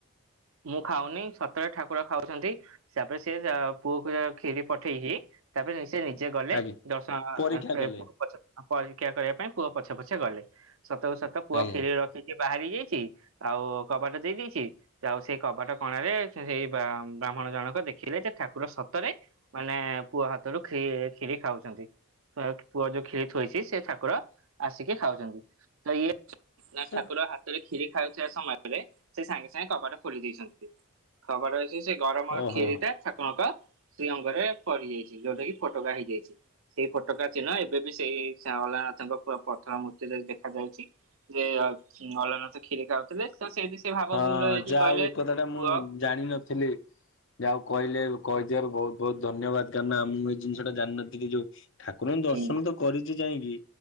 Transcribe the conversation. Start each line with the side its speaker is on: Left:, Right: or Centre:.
Right: ମୁଁ ଖାଉନି ସତରେ ଠାକୁର ଖାଉଚନ୍ତି। ତା ପରେ ସିଏ ଯା ପୁଅକୁ ଅ କ୍ଷୀରି ପଠେଇକି ତା ପରେ ନି ସେ ନିଜେ ଗଲେ
Left: ଆଜ୍ଞା
Right: ଦର୍ଶ ଆ
Left: ପରୀକ୍ଷା
Right: ସେପଟୁ
Left: କଲେ
Right: ପଛ ପଟୁ ପରୀକ୍ଷା କରିବା ପାଇଁ। ପୁଅ ପଛେ ପଛେ ଗଲେ ସତ କୁ ସତ ପୁଅ
Left: ଆଜ୍ଞା
Right: କ୍ଷୀରି ରଖିକି ବାହାରି ଯାଇଚି ଆଉ କବାଟା ଦେଇ ଦେଇଚି। ଆଉ ସେଇ କବାଟ କଣାରେ ସେଇ ବ୍ରା-ବ୍ରାହ୍ମଣ ଜଣକ ଦେଖିଲେ ଯେ ଠାକୁର ସତରେ ମାନେ ପୁଅ ହାତରୁ କ୍ଷୀ-କ୍ଷୀରି ଖାଉଚନ୍ତି। ୟକ୍ ପୁଅ ଯୋଉ କ୍ଷୀରି ଥୋଇଚି ସେ ଠାକୁର ଆସିକି ଖାଉଚନ୍ତି। ତ ଇଏ ନା
Left: ସେ
Right: ଠାକୁର ହା ତ ରେ କ୍ଷୀରି ଖାଉଥିବା ସମୟରେ ସେ ସାଙ୍ଗେ ସାଙ୍ଗେ କବାଟ ଖୋଲି ଦେଇଚନ୍ତି କବାଟ ଅଛି ସେ ଗରମ
Left: ଓହୋ
Right: କ୍ଷୀରି ଟା ଠାକୁରଙ୍କ ଶ୍ରୀ ଅଙ୍ଗରେ ପଡି ଯାଇଚି ଯୋଉଠା କିି ଫୋଟା ହେଇଯାଇଚି। ସେଇ ଫୋଟୋକା ଚିହ୍ନ ଏବେ ବି ସେଇ ଅଲାରନାଥଙ୍କ ପୁରା ପଥର ମୂର୍ତ୍ତିରେ ଦେଖାଯାଇଚି। ଯେ ଅଲାର ନାଥ କ୍ଷୀର ଖାଉ ଉଥିଲେ ସେଇଠି ସିଏ ଭାବବିହ୍ୱଳ
Left: ହଁ
Right: ହେଇକି
Left: ଯାହା
Right: କହିଲେ
Left: ହଉ ଏ କଥାଟା
Right: ପୁଅ
Left: ଜାଣିନଥିଲି। ଯାହା ହଉ କହିଲେ କହିଥିବାରୁ ବହୁତ ବହୁତ ଧନ୍ୟବାଦ। କାରଣ ନା ମୁଁ ଏଇ ଜିନିଷ ଟା ଜାଣିନଥିଲି ଯୋଉ ଠାକୁରଙ୍କୁ ଦର୍ଶନ
Right: ହୁଁ
Left: ତ କରିଚି ଯାଇଁକି